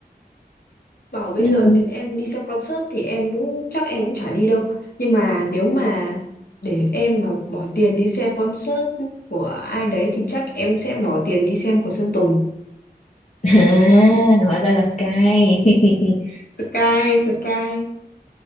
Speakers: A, on the left; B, on the left.
A: bảo bây
B: nhưng
A: giờ
B: mà
A: đến em đi xem concert thì em cũng chắc em cũng chả đi đâu nhưng mà nếu mà để em mà bỏ tiền đi xem concert của ai đấy thì chắc em sẽ bỏ tiền đi xem của Sơn Tùng
B: <laughs> à, hóa ra là Sky <laughs>
A: Sky Sky